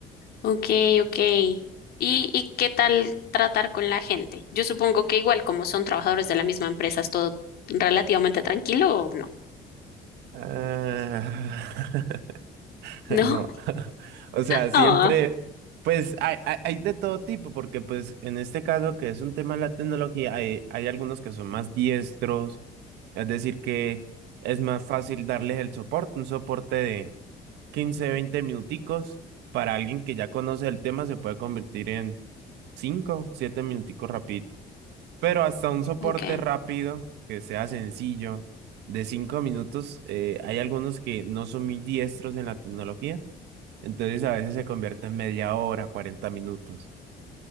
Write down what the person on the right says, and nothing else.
Ah, <laughs>
<laughs> No,
<laughs> o sea, siempre,
pues hay, hay, hay de todo tipo, porque pues en este caso que es un tema de la tecnología, hay, hay algunos que son más diestros, es decir, que es más fácil darles el soporte, un soporte de 15 20 minuticos, para alguien que ya conoce el tema se puede convertir en 5 7 minuticos rapidito. Pero hasta un soporte
rápido, que sea sencillo, de cinco minutos, eh, hay algunos que no son muy diestros en la tecnología, entonces a veces se convierte en media hora, 40 minutos.